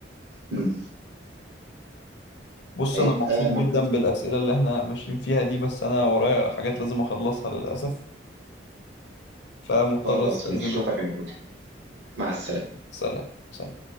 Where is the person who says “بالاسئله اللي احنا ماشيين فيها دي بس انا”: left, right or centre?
Left